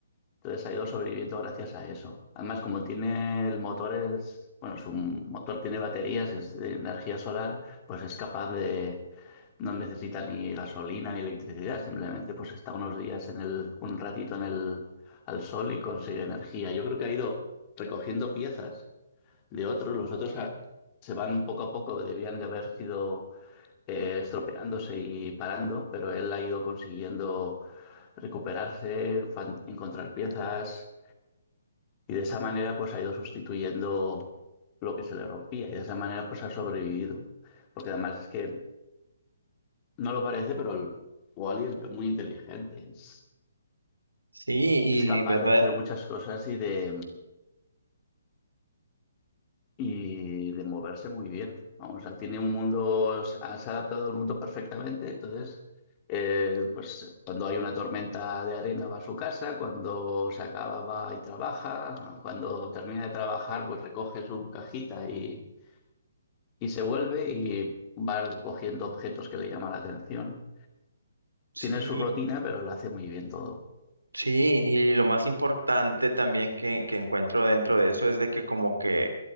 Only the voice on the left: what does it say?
Entonces ha ido sobreviviendo gracias a eso. Además, como tiene el motor, es, bueno, su motor tiene baterías, es de energía solar, pues es capaz de, no necesita ni gasolina ni electricidad, simplemente pues está unos días en el, un ratito en el, al sol y consigue energía. Yo creo que ha ido recogiendo piezas de otros, los otros ah, se van poco a poco, debían de haber sido eh, estropeándose y parando, pero él ha ido consiguiendo recuperarse, fan- encontrar piezas y de esa manera pues ha ido sustituyendo lo que se le rompía y de esa manera pues ha sobrevivido. Porque además es que no lo parece, pero el Wally es muy inteligente, es,
es capaz
de hacer muchas cosas y de, y de moverse muy bien. Vamos, o sea, tiene un mundo, se ha se ha adaptado al mundo perfectamente, entonces eh, pues cuando hay una tormenta de arena va a su casa, cuando se acaba va y trabaja, cuando termina de trabajar pues recoge su cajita y Y se vuelve y va cogiendo objetos que le llaman la atención.
Tiene su rutina, pero lo hace muy bien todo.